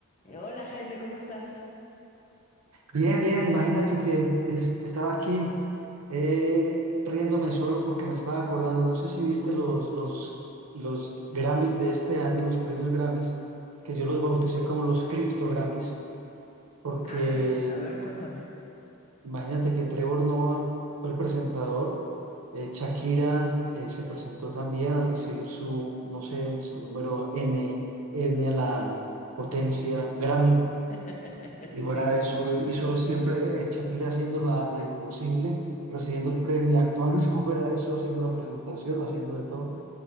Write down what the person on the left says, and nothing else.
Hola Jaime, ¿cómo estás?
Ah, a ver, cuéntame.
<laughs>
Sí.